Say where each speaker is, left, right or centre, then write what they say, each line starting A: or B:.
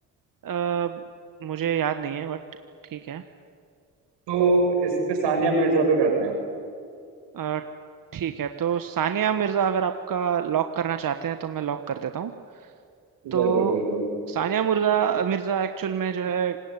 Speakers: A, on the right; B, on the right.
A: अ, मुझे याद नहीं है बट ठीक है
B: तो इस पे सानिया मिर्जा पे करते हैं
A: अ, ठीक है तो सानिया मिर्जा अगर आपका लॉक करना चाहते हैं तो मैं लॉक कर देता हूँ तो
B: बिल्कुल बिल्कुल
A: सानिया मिर्जा मिर्जा एक्चुअल में जो है